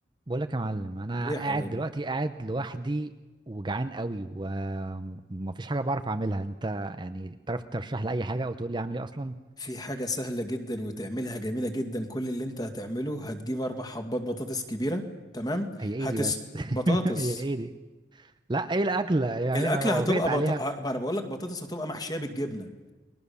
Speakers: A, on the right; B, on the left.
A: بقول لك يا معلم انا
B: ايه يا
A: قاعد
B: حبيبي
A: دلوقتي قاعد لوحدي وجعان قوي ومفيش حاجه بعرف اعملها انت يعني تعرف ترشح لي اي حاجه او تقول لي اعمل ايه اصلا
B: في حاجة سهلة جدا وتعملها جميلة جدا كل اللي انت هتعمله هتجيب اربع حبات بطاطس كبيرة تمام
A: هي ايه
B: هتس
A: دي بس
B: بطاطس
A: <laughs> هي ايه دي لا ايه الاكله يعني
B: الاكلة
A: انا وافقت
B: هتبقى
A: عليها
B: بط... ما انا بقول لك بطاطس هتبقى محشية بالجبنة